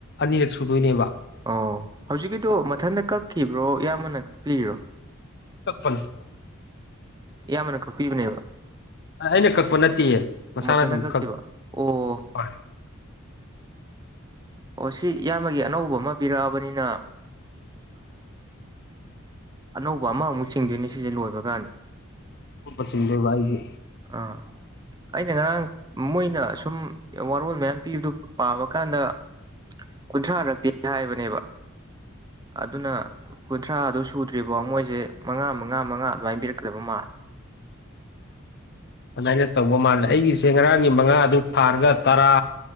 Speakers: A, on the left; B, on the right.
A: ꯑꯅꯤꯔꯛ ꯁꯨꯗꯣꯏꯅꯦꯕ
B: ꯑꯣ ꯍꯧꯖꯤꯛꯀꯤꯗꯨꯣ ꯃꯊꯟꯇ ꯀꯛꯈꯤꯕ꯭ꯔꯣ ꯏꯌꯥꯝꯕꯅ ꯀꯛꯄꯤꯔꯤꯔꯣ
A: ꯀꯛꯄꯅꯤ
B: ꯏꯌꯥꯝꯕꯅ ꯀꯛꯄꯤꯕꯅꯦꯕ
A: ꯑꯩꯅ ꯀꯛꯄ ꯅꯠꯇꯦꯌꯦ ꯃꯁꯥꯅ
B: ꯃꯊꯟꯇ
A: ꯑꯗꯨꯝꯛ
B: ꯀꯛꯈꯤꯕ ꯑꯣ
A: ꯍꯣꯏ
B: ꯑꯣ ꯁꯤ ꯏꯌꯥꯝꯕꯒꯤ ꯑꯅꯧꯕ ꯑꯃ ꯄꯤꯔꯛꯑꯕꯅꯤꯅ ꯑꯅꯧꯕ ꯑꯃꯃꯨꯛ ꯆꯤꯡꯗꯣꯏꯅꯦ ꯁꯤꯁꯦ ꯂꯣꯏꯕ ꯀꯥꯟꯗ
A: ꯄꯆꯤꯟꯕ꯭ꯔꯕ ꯑꯩꯒꯤ
B: ꯑꯥ ꯑꯩꯅ ꯉꯔꯥꯡ ꯃꯣꯏꯅ ꯁꯨꯝ ꯋꯥꯔꯣꯜ ꯃꯌꯥꯝ ꯄꯤꯕꯗꯨ ꯄꯥꯕ ꯀꯥꯟꯗ ꯀꯨꯟꯊ꯭ꯔꯥꯔꯛꯇꯤ ꯍꯥꯏꯕꯅꯦꯕ ꯑꯗꯨꯅ ꯀꯨꯟꯊ꯭ꯔꯥ ꯑꯗꯨ ꯁꯨꯗ꯭ꯔꯤꯕꯣ ꯃꯣꯏꯁꯦ ꯃꯉꯥ ꯃꯉꯥ ꯃꯉꯥ ꯑꯗꯨꯃꯥꯏꯅ ꯄꯤꯔꯛꯀꯗꯕ ꯃꯥꯜꯂꯦ
A: ꯑꯗꯨꯃꯥꯏꯅ ꯇꯧꯕ ꯃꯥꯜꯂꯦ ꯑꯩꯒꯤꯁꯦ ꯉꯔꯥꯡꯒꯤ ꯃꯉꯥ ꯑꯗꯨ ꯊꯥꯔꯒ ꯇꯔꯥ